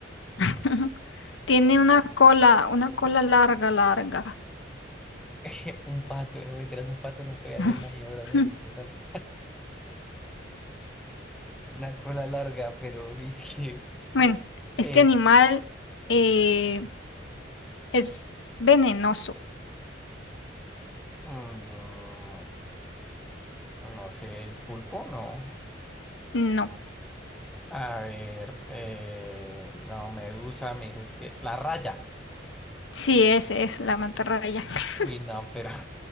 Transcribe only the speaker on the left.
<laughs> Tiene una cola, una cola larga, larga.
<laughs>
Bueno, este
animal eh, es venenoso.
No,
sí, ese es la mantarraya. <laughs>